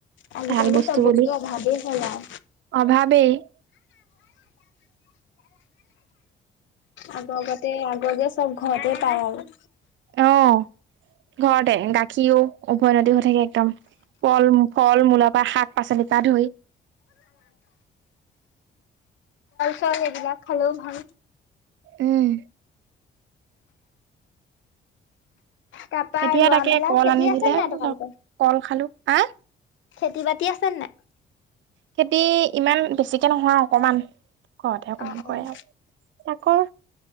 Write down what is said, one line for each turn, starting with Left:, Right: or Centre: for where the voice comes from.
Left: আজিকালি
Right: ভাল বস্তু
Left: চব
Right: বুলি,
Left: অভাৱেই হ'ল আৰু।
Right: অভাৱেই! <inaudible>
Left: আগগতে, আগতে য চব ঘৰতে পায় আৰু! <inaudible>
Right: অ ঘৰতে গাখীৰো উভৈ নদীহৈ থাকে একদম। ফল, ফল-মূলৰ পা, শাক-পাচলিৰ পা ধৰি
Left: ফল এইবিলাক খালেও ভাল।
Right: উম।
Left: তাপা
Right: এতিয়া
Left: ৰোৱা
Right: তাকে
Left: মেলা
Right: কল
Left: খেতি
Right: আনিছিলে
Left: আছে নাই তোমালোকৰ?
Right: কল খালো হা
Left: খেতি বাতি আছে নাই?
Right: খেতি, ইমান বেছিকে নহয়, অকমান ঘৰতে অকমান
Left: অ', অ',
Right: কৰে আও তাকৰ